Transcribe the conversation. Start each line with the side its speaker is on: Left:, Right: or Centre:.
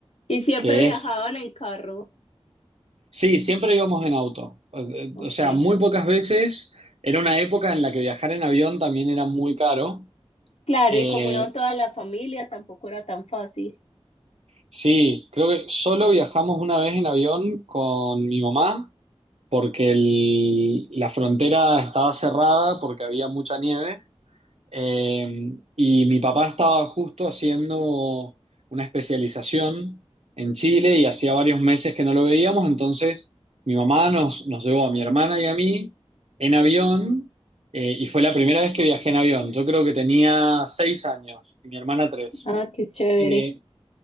Left: ¿Y siempre
Right: que
Left: viajaban
Right: es
Left: en carro?
Right: Sí, siempre íbamos en auto. Eh,
Left: Ok.
Right: eh, O sea, muy pocas veces. Era una época en la que viajar en avión también era muy caro.
Left: Claro,
Right: Eh,
Left: y como iban toda la familia, tampoco era tan fácil.
Right: sí, creo que solo viajamos una vez en avión con mi mamá porque el- la frontera estaba cerrada porque había mucha nieve. Eh, y mi papá estaba justo haciendo una especialización en Chile y hacía varios meses que no lo veíamos, entonces mi mamá nos, nos llevó a mi hermana y a mí en avión eh, y fue la primera vez que viajé en avión. Yo creo que tenía seis años y mi hermana tres.
Left: Ah, qué chévere.
Right: Eh,